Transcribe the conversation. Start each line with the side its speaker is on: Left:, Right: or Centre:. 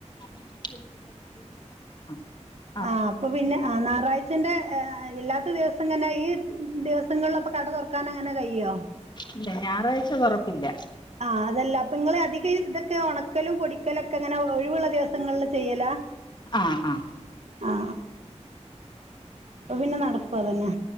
Left: ആഹ്‌
Right: ആ അപ്പൊ പിന്നെ അ ഞാറാഴ്ച ച്ചന്റെ ഇല്ലാത്ത ദിവസം തന്നെ ഈ ദിവസങ്ങളിൽപ്പൊ കട തുറക്കാൻ അങ്ങനെ കഴോ?
Left: ഇല്ല ഞായറാഴ്ച തൊറപ്പില്ല.
Right: ആഹ് അതല്ല അപ്പൊ നിങ്ങൾ അധികം ഇതൊക്കെ ഉണക്കലും പൊടിക്കലൊക്കെ അങ്ങനെ ഒഴിവുള്ള ദിവസങ്ങളിൽ ചെയ്യലാ?
Left: ആഹ് ആഹ്‌
Right: ആ അപ്പൊ പിന്നെ നടപ്പ് അതന്നെ.